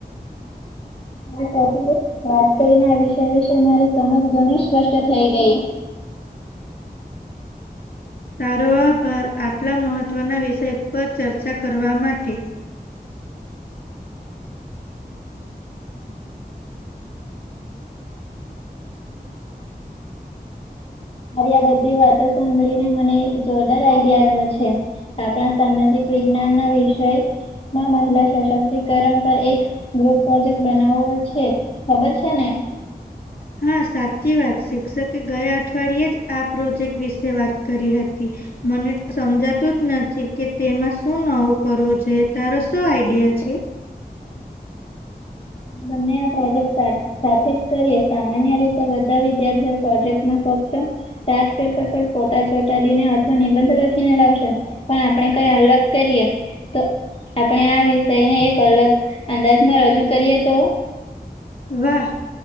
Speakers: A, on the left; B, on the left.
A: ટોપિક વાત કરીને આ વિષય વિશે મારી સમજ ઘણી સ્પષ્ટ થઈ ગઈ.
B: તારો આભાર આટલા મહત્વના વિષય ચર્ચા કરવા માટે.
A: તારી આ બધી વાતો સાંભળીને મને એક જોરદાર આઈડિયા આવ્યો છે. આપણા સામાજિક વિજ્ઞાન ના વિષયમાં મહિલા સશક્તિકરણ પર એક ગ્રુપ પ્રોજેક્ટ બનાવો છે ખબર છે ને?
B: હા, સાચી વાત, શિક્ષકે ગયા અઠવાડિયે જ આ પ્રોજેક્ટ વિશે વાત કરી હતી. મને તો સમજાતું જ નથી કે તેમાં શું નવું કરવું જોઈએ, તારો શું આઈડિયા છે?
A: બમને આ પ્રોજેક્ટસ સાથ સાથે જ કરીએ, સામાન્ય રીતે બધા વિદ્યાર્થીઓ પ્રોજેક્ટમાં ફક્ત ચાર્ટ પેપર પર ફોટા ચોટાડીને અથવા નિબંધ લખીને લાવશે. પણ આપણે કઈ અલગ કરીએ તો આપણે આ વિષયને એક અલગ અંદાજમાં રજૂ કરીએ તો
B: વાહ